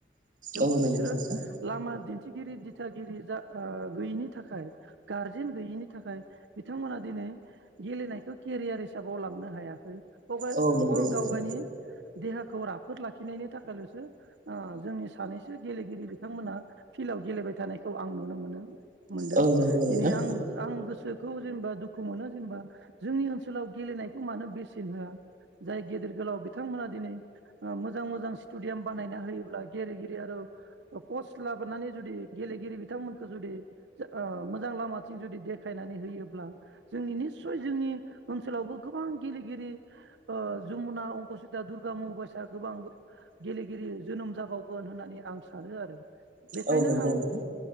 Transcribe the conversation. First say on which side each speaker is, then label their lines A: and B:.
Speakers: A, on the right; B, on the right.
A: थेवबो
B: औ नंगौ
A: बिसोरो
B: नोंथां
A: लामा दिन्थि थि दिथागिरि जा ओ गैयिनि थाखाय गारजेन गैयिनि थाखाय बिथांमोना दिनै गेलेनायखौ केरियार हिसाबाव लांनो हायाखै <unintelligible> अकल
B: औ नंगौ
A: गावगायनि
B: नोंथां
A: देहाखौ राफोद लाखिनायनि थाखायल'सो ओ जोंनि सानैसो गेलेगिरि बिथांमोना फिल्डआव गेलेबाय थानायखौ आं नुनो मोनो मोनदों
B: औ नंगौ नोंथां
A: दिनै आं आं गोसोखौ जेनेबा दुखु मोनो जेनेबा जोंनि ओनसोलाव गेलेनायखौ मानो बेसेन होआ जाय गेदेर गोलाव बिथांमोना दिनै ओ मोजां मोजां स्टेडियाम बानायना होयोब्ला गेलेगिरि आरो कच लाबोनानै जुदि गेलेगिरि बिथांमोनखौ जुदि ओ मोजां लामा जुदि देखायनानै होयोब्ला जोंनि निसय जोंनि ओनसोलावबो गोबां गेलेगिरि ओ जमुना अंकसिता दुर्गा मुसा गोबां गेलेगिरि जोनोम जाबावगोन होननानै आं सानो आरो बेखायनो
B: औ नंगौ
A: आं
B: नोंथां